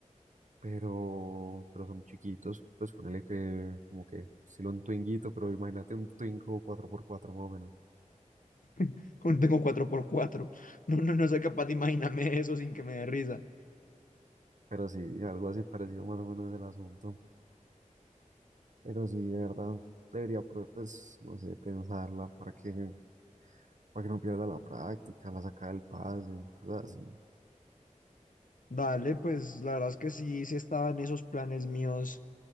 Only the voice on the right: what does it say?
pero, pero son chiquitos, pues ponele que como que estilo un Twinguito, pero imagínate un Twingo cuatro por cuatro más o menos,
pero sí, algo así parecido más o menos el asunto, pero sí, de verdad, debería, pro- pues, no sé, pensarla para que, para que no pierda la práctica, la sacada del pase, cosas así.